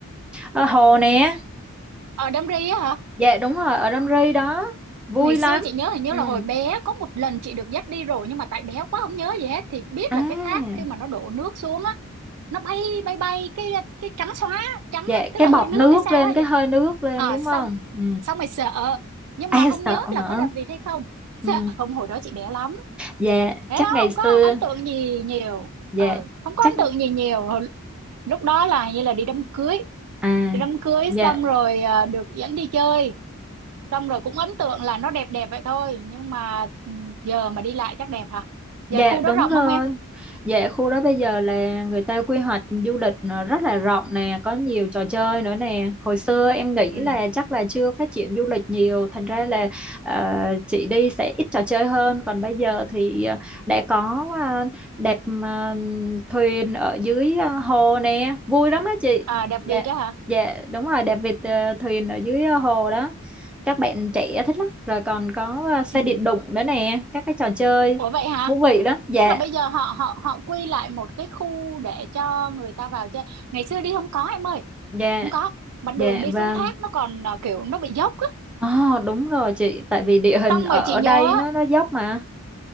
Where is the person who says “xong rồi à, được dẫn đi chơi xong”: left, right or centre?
Right